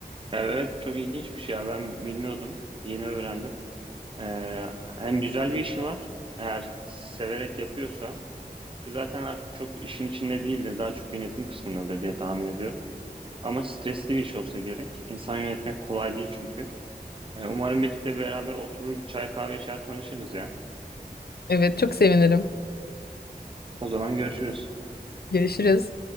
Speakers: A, on the right; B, on the left.
A: Ya, Evet, çok ilginç bir şey ya. Ben bilmiyordum. Yeni öğrendim. Eee, hem güzel bir işi var, eğer severek yapıyorsa ki zaten artık çok işin içinde değildir, daha çok yönetim kısmındadır diye tahmin ediyorum. Ama stresli bir iş olsa gerek. İnsan yönetmek kolay değil çünkü. Eee, umarım birlikte beraber oturur bir çay kahve içer tanışırız ya.
B: Evet, çok sevinirim.
A: O zaman görüşürüz.
B: Görüşürüz.